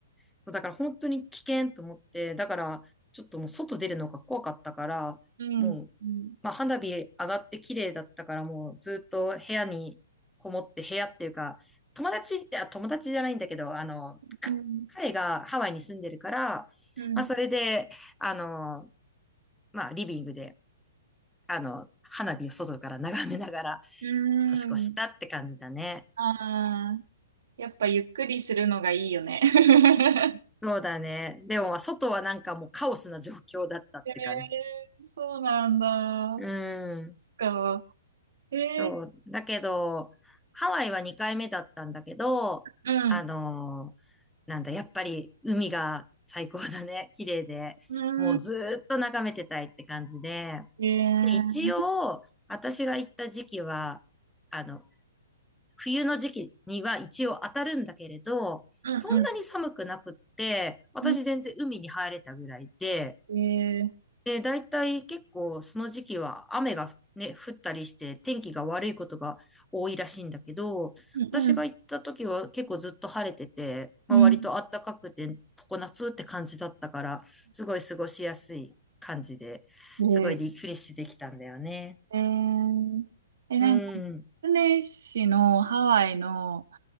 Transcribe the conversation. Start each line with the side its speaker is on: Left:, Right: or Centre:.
Centre: そう、だから本当に危険と思って、だからちょっともう外出るのが怖かったから、
Right: うん、
Centre: もう、
Right: うん、
Centre: まあ花火上がって綺麗だったからもうずっと部屋にこもって部屋っていうか、友達って、友達じゃないんだけど、あの、か彼がハワイに住んでるから、
Right: うん、うん、
Centre: まあそれで、あの、まあリビングで、あの、花火を外から眺めながら
Right: う
Centre: 年越したって感じだね。
Right: ん。ああ、やっぱゆっくりするのがいいよね。<laughs>
Centre: そうだね。でも、まあ外はなんかもうカオスな状況だったって感じ。
Right: ええー、そうなんだ。
Centre: う
Right: そ
Centre: ん。
Right: っか。え
Centre: そう。だけど、ハワイは2回目だったんだけど、
Right: ー、うん、
Centre: あのーなんだ、やっぱり海が最高だね。<laughs> 綺麗で。
Right: うん、
Centre: もうずーっと眺めてたいって感じで。
Right: えー、
Centre: で、一応、私が行った時期は、あの、冬の時期には一応当たるんだけれど、
Right: うん、
Centre: そんなに寒くなくって、私全然海に入れたぐらいで、
Right: うん、うん、えー、
Centre: で、大体結構その時期は雨がね、降ったりして天気が悪いことが多いらしいんだけど、
Right: うん、
Centre: 私が行った時は結構ずっと晴れてて、まあ、
Right: うん、
Centre: 割と暖かくて常夏って感じだったから、
Right: うん、
Centre: すごい過ごしやすい感じで、
Right: うんえー
Centre: すごいリフレッシュできたんだよね。
Right: えー、え、なんか、
Centre: うん。
Right: スネ市のハワイの、